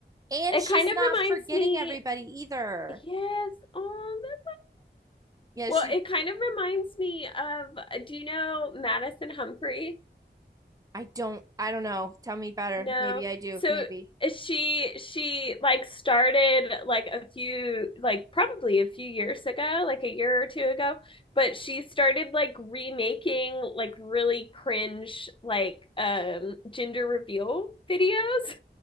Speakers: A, on the right; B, on the left.
A: And
B: It
A: she's
B: kind of
A: not
B: reminds
A: forgetting
B: me,
A: everybody either.
B: yes. Oh, that-
A: Yeah,
B: well,
A: she
B: it kind
A: yeah,
B: of reminds me of, do you know Madison Humphrey?
A: I don't I don't know. Tell me better.
B: No.
A: Maybe I do.
B: So
A: Maybe
B: she she like started like a few like probably a few years ago, like a year or two ago, but she started like remaking like really cringe like um gender reveal videos.